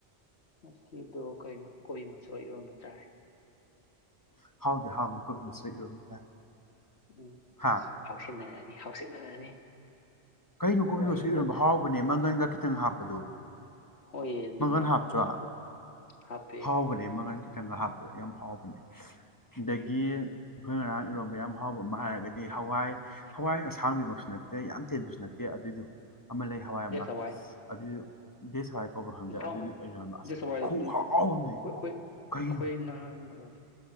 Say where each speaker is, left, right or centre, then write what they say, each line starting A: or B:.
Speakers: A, on the left; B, on the left.
A: ꯉꯁꯤꯗꯣ ꯀꯩꯅꯣ ꯀꯣꯕꯤ ꯃꯁꯣꯟ ꯏꯔꯣꯟꯕ ꯆꯥꯔꯦ
B: <unintelligible> <unintelligible> ꯀꯣꯕꯤ ꯃꯁꯣꯏ ꯏꯔꯣꯟꯕ <unintelligible>
A: ꯎꯝ
B: ꯍꯥ
A: ꯍꯥꯎꯁꯤꯟꯅꯔꯅꯤ ꯍꯥꯎꯁꯤꯟꯅꯔꯅꯤ
B: ꯀꯩꯅꯣ ꯀꯣꯕꯤ
A: ꯋꯥꯔꯤꯒꯤ
B: ꯃꯁꯣꯏ ꯏꯔꯣꯟꯕ
A: ꯑꯣꯏꯅ
B: ꯍꯥꯎꯕꯅꯦ ꯃꯪꯒꯟꯒ ꯈꯤꯇꯪ ꯍꯥꯞꯄꯗꯣ
A: ꯍꯣꯏꯌꯦ ꯑꯗꯨꯅꯦ
B: ꯃꯪꯒꯟ ꯍꯥꯞꯇ꯭ꯔꯣ
A: ꯂꯣꯜꯂꯤꯗꯣ ꯍꯥꯞꯄꯦ
B: ꯍꯥꯎꯕꯅꯦ ꯃꯪꯒꯟ ꯈꯤꯇꯪꯒ ꯍꯥꯞꯄꯗ ꯌꯥꯝ ꯍꯥꯎꯕꯅꯦ ꯑꯗꯒꯤ ꯑꯈꯣꯏ ꯉꯔꯥꯡ ꯏꯔꯣꯟꯕ ꯌꯥꯝ ꯍꯥꯎꯕ ꯑꯃ ꯍꯥꯏꯔꯒꯗꯤ ꯍꯋꯥꯏ ꯍꯋꯥꯏ ꯑꯁꯥꯡꯕꯤꯃꯛꯁꯨ ꯅꯠꯇꯦ ꯌꯥꯝ ꯇꯦꯟꯕꯁꯨ ꯅꯠꯇꯦ ꯇꯦ ꯑꯗꯨꯏꯗꯣ ꯑꯃ ꯂꯩ ꯍꯋꯥꯏ ꯑꯃ
A: ꯗꯦꯁ ꯍꯋꯥꯏ
B: ꯑꯗꯨ ꯗꯦꯁ ꯍꯋꯥꯏ ꯈꯪꯗꯦ
A: ꯍꯥꯎꯕꯅꯤ
B: ꯑꯗꯨꯗꯤ ꯑꯩꯅꯣ ꯍꯥꯏ ꯑꯁ
A: ꯗꯦꯁ ꯍꯋꯥꯏꯗꯨꯁꯨ
B: ꯈꯍꯥꯎ
A: ꯑꯗꯨꯝ
B: ꯑꯝꯅꯦ
A: ꯑꯩꯈꯣꯏ ꯑꯩꯈꯣꯏ
B: ꯀꯩꯅꯣ
A: ꯑꯩꯈꯣꯏ ꯅꯍꯥꯟ